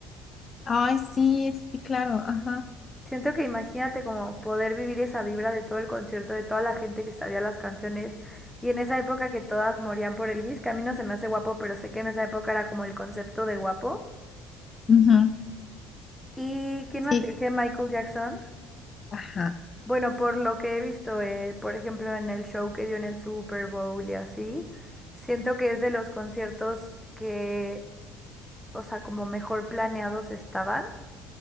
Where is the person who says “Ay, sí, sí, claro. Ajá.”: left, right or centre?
Left